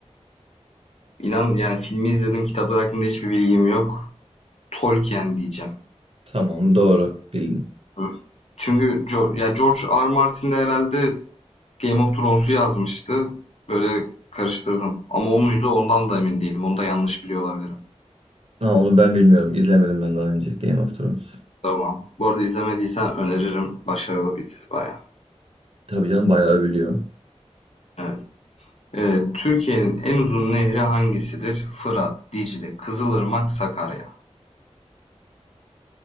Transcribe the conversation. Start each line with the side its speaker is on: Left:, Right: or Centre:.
Left: İnan yani filmi izledim, kitaplar hakkında hiçbir bilgim yok. Tolkien diyeceğim.
Right: Tamam doğru bildin.
Left: Hı. Çünkü Jo- ya George R. Martin de herhalde Game of Thrones'u yazmıştı. Böyle karıştırdım. Ama o muydu ondan da emin değilim. Onu da yanlış biliyor olabilirim.
Right: Ha, onu ben bilmiyorum. İzlemedim ben daha önce Game of Thrones.
Left: Tamam. Bu arada izlemediysen öneririm. Başarılı bir dizi bayağı.
Right: Tabii canım bayağı övülüyor.
Left: Evet. Ee, Türkiye'nin en uzun nehri hangisidir? Fırat, Dicle, Kızılırmak, Sakarya.